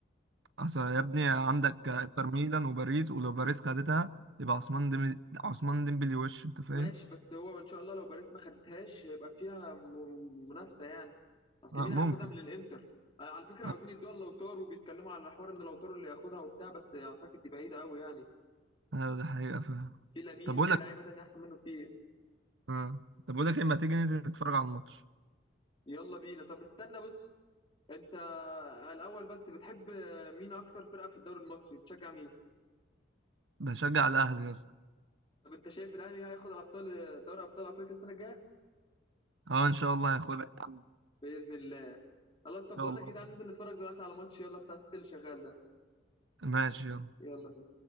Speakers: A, on the right; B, on the left.
A: اصل يا ابني عندك انتر ميلان وباريس ولو باريس خدتها يبقى عثمان ديمبلي عثمان ديمبلي وش انت فاهم
B: ماشي بس هو ان شاء الله لو باريس ما خدتهاش هيبقى فيها م- منافسه يعني اصل
A: اه
B: مين
A: ممكن
B: هياخدها من الانتر آه، على فكره
A: اه
B: عاوزين يدوها لوتارو وبيتكلموا على حوار ان لوتارو اللي ياخدها وبتاع بس اعتقد دي بعيده قوي يعني
A: آه، ده حقيقه فاهم
B: في لامين
A: طب
B: وفي
A: اقول لك
B: لعيبه تانية احسن منه كتير
A: اه طب اقول لك اما تيجي ننزل نتفرج على الماتش
B: يلا بينا طب استنى بص انت الاول بس بتحب مين اكتر فرقه في الدوري المصري بتشجع مين
A: بشجع الاهلي يا اسطى
B: طب انت شايف الاهلي هياخد ابطال دوري ابطال افريقيا السنه الجايه
A: اه ان شاء الله هياخدها يا عم ان
B: باذن الله خلاص طب بقول
A: شاء الله
B: لك ايه تعالى ننزل نتفرج دلوقتي على ماتش يلا بتاع الست اللي شغال ده
A: ماشي يلا
B: يلا بينا